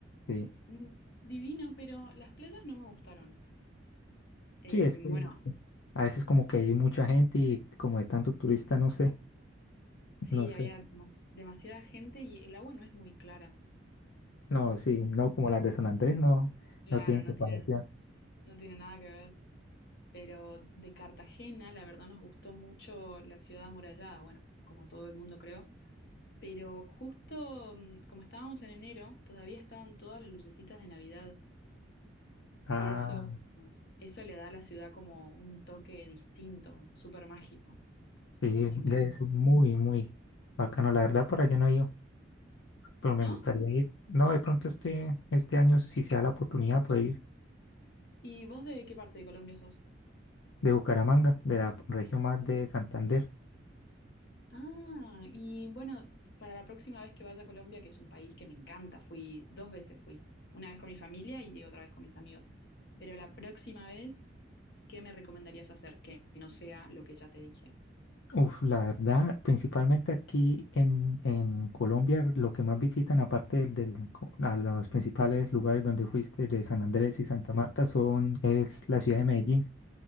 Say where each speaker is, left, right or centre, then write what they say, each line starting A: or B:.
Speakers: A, on the left (about 75°); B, on the left (about 60°).
A: Sí,
B: mm, divino, pero las playas no me gustaron. Eh,
A: sí, es
B: bueno,
A: que es- a veces como que hay mucha gente y como de tanto turista, no sé,
B: Sí,
A: no sé.
B: había demas- demasiada gente y el agua no es muy clara.
A: No, sí,
B: Mm,
A: no, como las de San Andrés, no,
B: Claro,
A: no tienen comparación.
B: no tiene, no tiene nada que ver. Pero de Cartagena, la verdad, nos gustó mucho la ciudad amurallada, bueno, como a todo el mundo creo. Pero justo mm, como estábamos en enero, todavía estaban todas las lucecitas de Navidad.
A: Ah,
B: Y eso, eso le da a la ciudad como un toque distinto, súper mágico.
A: sí,
B: Nos encantó,
A: debe ser muy, muy bacano, la verdad por allá no hay pero me
B: ¿no?
A: gustaría ir. No, de pronto este, este año, si se da la oportunidad, poder ir
B: ¿Y vos de qué parte de Colombia sos?
A: de Bucaramanga, de la región más de Santander.
B: Ah, y bueno, para la próxima vez que vaya a Colombia, que es un país que me encanta, fui dos veces fui, una vez con mi familia y otra vez con mis amigos. Pero la próxima vez, ¿qué me recomendarías hacer que no sea lo que ya te dije?
A: Uf, la verdad, principalmente aquí en, en Colombia, lo que más visitan, aparte del, del co- a los principales lugares donde fuiste, de San Andrés y Santa Marta, son, es la ciudad de Medellín.